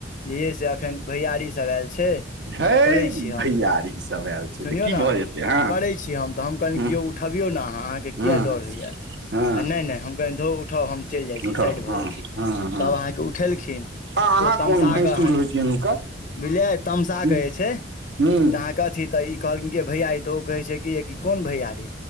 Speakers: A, on the left; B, on the right.
A: जे यै अखैन भैयारी सब आयल छै
B: हे
A: से करै छी हम
B: भैयारी सब आयल छै
A: सुनियै
B: तऽ की
A: नऽ
B: भऽ जेतै हँ
A: करै छी हम तऽ हम कहलियै
B: हँ
A: कि यौ उठबियौ नऽ अहाँ अहाँकेँ
B: हँ
A: किए डर होइ यऽ
B: हँ
A: तऽ नय - नय हम कहलियै धो उठाउ हम चैल जाइ छी
B: उठह
A: साइड भऽ
B: हँ
A: जाइ छी
B: हँ हँ
A: तब अहाँकेँ उठेलखिन
B: आ अहाँ
A: ओ तमसा
B: कोन भैंसुर
A: कऽ अहाँ
B: होइ छियनि हुनकर
A: बुझलियै तमशा
B: हूँ
A: कऽ जे छै से
B: हूँ
A: अहाँ कऽ अथी तऽ ई कहलखिन कि भैयारी तऽ ओ कहै छै कि यै कोन भैयारी